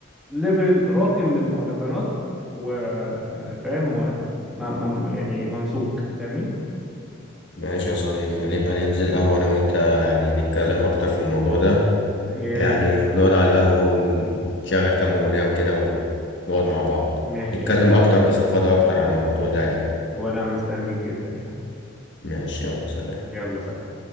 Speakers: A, in the centre; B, on the left.
A: ليفل راقي من المهرجانات وفاهم و... ما... ما... يعني ممسوك فاهمني
B: ماشي يا صديقي هنبقى ننزل قهوة أنا وأنت يعني نتكلم أكتر في الموضوع ده
A: إيه،
B: يعني ونقعد على القهوة ونشغل كام أغنية وكده ونقعد مع بعض
A: ماشي
B: نتكلم
A: يا سيدي
B: أكتر باستفاضة أكتر عن الموضوع ده يعني
A: وانا مستنيك جدا يعني
B: ماشي يلا سلام
A: يلا سلام